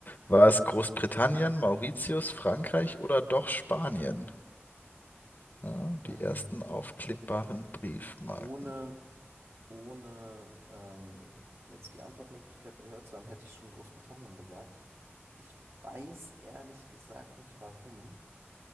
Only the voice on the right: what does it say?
Hm.
Ohne, ohne ähm, jetzt die Antwortmöglichkeiten gehört zu haben, hätte ich schon Großbritannien gesagt. Ich weiß ehrlich gesagt nicht, warum.